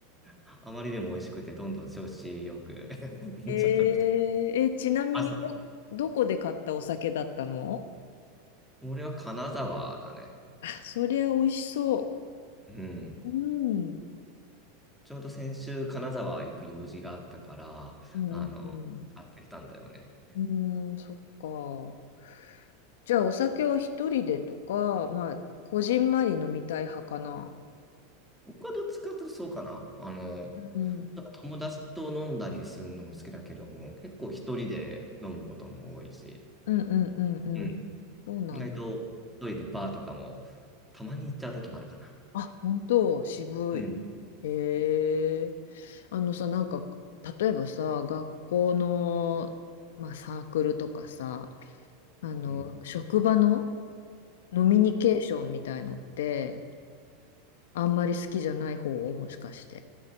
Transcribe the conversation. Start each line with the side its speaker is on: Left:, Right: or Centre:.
Centre: あまりでも美味しくて、どんどん調子よく <laughs>
Left: えー、
Centre: 飲んじゃったみたい。
Left: え、ちなみにど、
Centre: 朝。
Left: どこで買ったお酒だったの
Centre: 俺は金沢だね。
Left: そりゃ美味しそ
Centre: うん。
Left: う。うん。
Centre: ちょうど先週金沢行く用事があったから、
Left: うんうん
Centre: あの、買ってきたんだよね。
Left: うん。うーん、そっか。じゃあ、お酒は一人でとか、まあ、こじんまり飲みたい派かな。
Centre: 僕はどっちかっていうとそうかな。あの、
Left: うん。
Centre: 友達と飲んだりするのも好きだけども、結構一人で飲むことも多いし。
Left: うんうんうんうん。
Centre: うん
Left: そうなんだ。
Centre: 意外と一人でバーとかもたまに行っちゃう時もあるかな。
Left: あ、本当、渋い。
Centre: うん。
Left: へえ。あのさ、なんか、例えばさ、学校の、まあ、サークルとかさ、あの、
Centre: うん。
Left: 職場の飲みニケーションみたいのって、あんまり好きじゃない方もしかして。